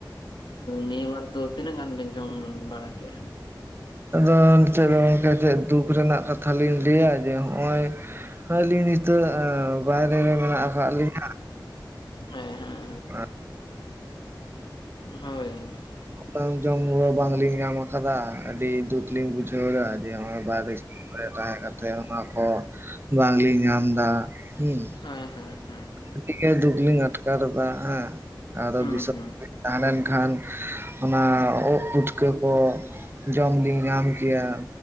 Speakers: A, on the left; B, on the right.
A: ᱱᱤᱭᱟᱹ ᱵᱟᱨ ᱫᱚ ᱛᱤᱱᱟᱹᱜ ᱜᱟᱱ ᱵᱮᱱ ᱡᱚᱢ ᱵᱟᱲᱟ ᱠᱮᱜᱼᱟ?
B: ᱟᱫᱚ ᱱᱤᱛᱚᱜ ᱫᱚ ᱜᱚᱝᱠᱮ ᱪᱮᱫ ᱫᱩᱠ ᱨᱮᱱᱟᱜ ᱠᱟᱛᱷᱟ ᱠᱟᱛᱷᱟ ᱞᱤᱧ ᱞᱟᱹᱭᱟ ᱡᱮ ᱦᱚᱜᱼᱚᱭ ᱟᱹᱞᱤᱧ ᱱᱤᱛᱚᱹᱜ ᱵᱟᱭᱨᱮ ᱨᱮ ᱢᱮᱱᱟᱹᱜ ᱟᱠᱟᱫ ᱞᱤᱧ
A: ᱦᱮᱸ ᱦᱮᱸ᱾
B: ᱦᱮᱸ᱾
A: ᱦᱳᱭ᱾
B: ᱵᱟᱝ ᱡᱚᱢ ᱧᱩ ᱵᱟᱝᱹᱞᱤᱧ ᱧᱟᱢ ᱟᱠᱟᱫᱟ ᱟᱹᱰᱤ ᱫᱩᱠ ᱞᱤᱧ ᱵᱩᱡᱷᱟᱹᱣ ᱮᱫᱟ ᱡᱮ ᱱᱚᱜᱚᱭ ᱵᱟᱦᱨᱮ <unintelligible> ᱛᱟᱦᱮᱸ ᱠᱟᱛᱮᱹᱜ ᱚᱱᱟ ᱠᱚ ᱵᱟᱝᱞᱤᱧ ᱧᱟᱢ ᱮᱫᱟ ᱦᱩᱸ᱾
A: ᱦᱮᱸ ᱦᱮᱸ᱾ ᱦᱮᱸ ᱦᱮᱸ
B: ᱟᱹᱰᱤᱜᱮ ᱫᱩᱠ ᱞᱤᱧ ᱟᱴᱠᱟᱨ ᱮᱫᱟ ᱦᱮᱸ᱾ ᱟᱫᱚ
A: ᱦᱩᱸ
B: ᱫᱤᱥᱚᱢ
A: ᱦᱩᱸ
B: ᱨᱮᱞᱤᱧ ᱛᱟᱦᱮᱸ ᱞᱮᱱᱠᱷᱟᱱ ᱚᱱᱟ ᱩᱫ ᱯᱩᱴᱠᱟᱹ ᱠᱚ ᱡᱚᱢ ᱞᱤᱧ ᱧᱟᱢ ᱠᱮᱭᱟ᱾